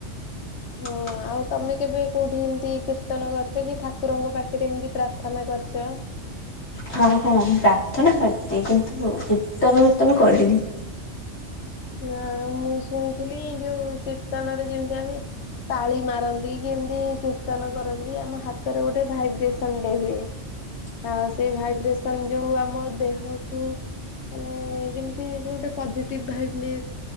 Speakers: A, on the left; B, on the left.
A: ଟ
B: ହଁ ଆଉ ତମେ କେବେ କୋଉଠି ଏମିତି କୀର୍ତ୍ତନ କରିଚ କି ଠାକୁରଙ୍କ ପାଖରେ ଏମିତି ପ୍ରାର୍ଥନା କରିଚ।
A: ହଁ ହଁ ପ୍ରାର୍ଥନା କରତି କିନ୍ତୁ କୀର୍ତ୍ତନ ବିର୍ତ୍ତନ କରିନି।
B: ନା ମୁଁ ଶୁଣିଥିଲି ଯୋଉ କୀର୍ତ୍ତନରେ ଯେମିତି ଆମେ ତାଳି ମାରନ୍ତି କି ଏମିତି କୀର୍ତ୍ତନ କରନ୍ତି ଆମ ହାତରେ ଗୋଟେ ଭାଇବ୍ରେସନ ଡେ ହୁଏ।
A: ହ
B: ଆଉ ସେଇ ଭାଇବ୍ରେସନ ଯୋଉ ଆମ ଦେହ ମାନେ ଯେମତି ଗୋଟେ ପଜିଟିଭ ଭାଇ ଯେ